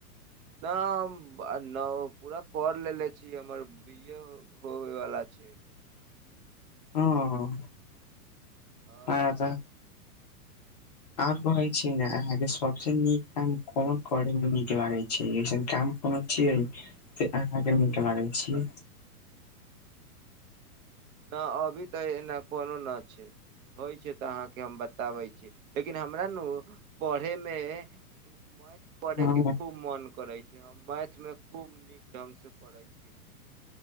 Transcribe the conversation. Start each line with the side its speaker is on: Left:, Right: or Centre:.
Right: नै हम आ न हौ पूरा पढ़ लेले छीयै, हमर बी ए हो होवे वाला छै।
Left: हां
Right: हँ
Left: अहां तै आर कहै छीयै न, अहाँके सबसे नीक काम फोन करै मे नीक लागै छै, ऐसन काम कोनो छियै से अहाँके निक लागै छियै।
Right: न अभी तऽ एना कोनो न छै। होइ छै तऽ अहाँके हम बताबै छीयै, लेकिन हमरा नू पढ़े मे ई मैथ पढ़े
Left: हँ
Right: के खूब मोन करै छै, हम मैथ में खूब नीक ढंग से पढ़ै छीयै,